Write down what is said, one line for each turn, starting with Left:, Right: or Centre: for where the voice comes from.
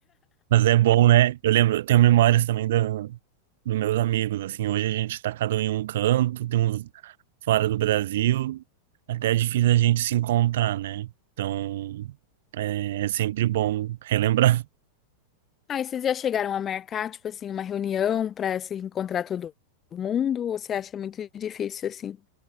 Right: Mas é bom, né? Eu lembro, eu tenho memórias também da, dos meus amigos, assim, hoje a gente tá cada um em um canto, tem uns fora do Brasil, até é difícil a gente se encontrar, né? Então, é, é sempre bom relembrar.
Left: Ah, e vocês já chegaram a marcar, tipo assim, uma reunião para se encontrar todo mundo? Ou você acha muito difícil assim?